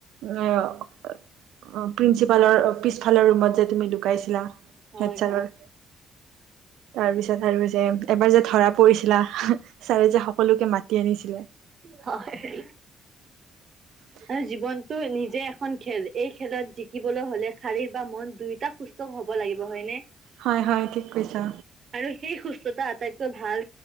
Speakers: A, on the right; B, on the right.
A: প্ৰিন্সিপালৰ পিছফালৰ ৰুমত যে তুমি লুকাইছিলা।
B: হয়
A: হেডচাৰৰ
B: হয়
A: তাৰ পিছত আৰু যে এবাৰ যে ধৰা পৰিছিলা ছাৰে যে সকলোকে মাতি আনিছিলে।
B: হয়
A: <inaudible>
B: আৰু জীৱনটো নিজেই এখন খেল এই খেলত জিকিবলৈ হলে শাৰিৰীক বা মন দুয়োটা সুস্ ত হ'ব লাগিব হয় নে?
A: হয় হয় ঠিক কৈছা
B: আৰু সেই সুস্থতা আটাইতকৈ ভাল